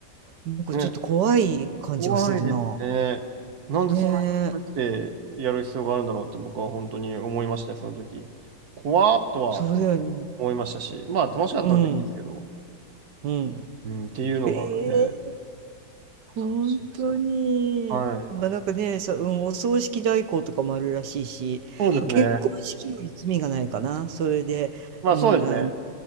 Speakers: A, on the right; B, on the right.
A: なんかちょっと怖い感じがするな。
B: ね怖いですね。なんでそんなに隠してやる必要があるんだろうって僕は本当に思いましたね、
A: ねえ、
B: その時。怖っとは
A: そうだよね。
B: 思いましたし、まあ楽しかったんでいいんですけど、
A: うん、うん。
B: うん、っていうのがね、
A: へえ、本当に。
B: 楽しいですよ。はい。
A: まあなんかね、さ、うん、お葬式代行とかもあるらしいし、
B: そうですね。
A: まあ結婚式より罪がないかな、それで。
B: まあそうですね。
A: うん、あ、ね、